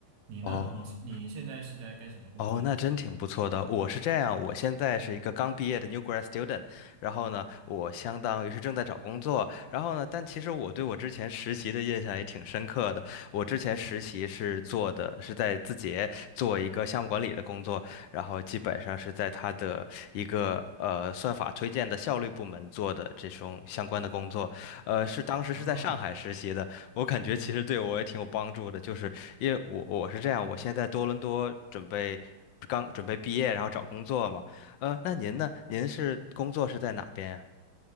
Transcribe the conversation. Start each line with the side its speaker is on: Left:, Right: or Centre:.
Right: 你呢？
Left: 哦，
Right: 你你现在是在干什么工作呢？
Left: 哦，那真挺不错的。我是这样，我现在是一个刚毕业的 new grad student，然后呢，我相当于是正在找工作，然后呢，但其实我对我之前实习的印象也挺深刻的。我之前实习是做的是在字节做一个项目管理的工作，然后基本上是在他的一个呃算法推荐的效率部门做的这种相关的工作，呃，是当时是在上海实习的。
Right: 啊。
Left: 我感觉其实对我也挺有帮助的，就是因为我我是这样，我现在在多伦多准备刚准备毕业，然后找工作嘛。呃，那您呢？您是工作是在哪边呀？